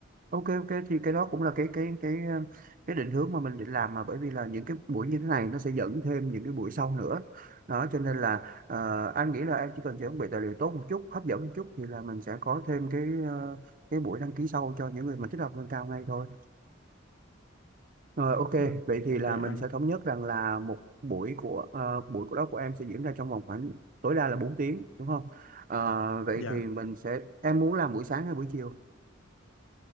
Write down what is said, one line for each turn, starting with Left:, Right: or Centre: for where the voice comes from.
Right: Ok ok thì cái đó cũng là cái cái cái ờ, cái định hướng mà mình định làm mà bởi vì là những cái buổi như thế này nó sẽ dẫn thêm những cái buổi sau nữa đó cho nên là ờ, anh nghĩ là em chỉ cần chuẩn bị tài liệu tốt một chút hấp dẫn một chút thì là mình sẽ có thêm cái ờ, cái buổi đăng ký sau cho những người mà thích học nâng cao ngay thôi rồi ok
Left: ừ,
Right: vậy thì
Left: ok
Right: là mình
Left: anh
Right: sẽ thống nhất rằng là một buổi của ờ, buổi của đó của em sẽ diễn ra trong vòng khoảng tối đa là bốn tiếng đúng không Ờ, vậy
Left: dạ
Right: thì mình sẽ em muốn làm buổi sáng hay buổi chiều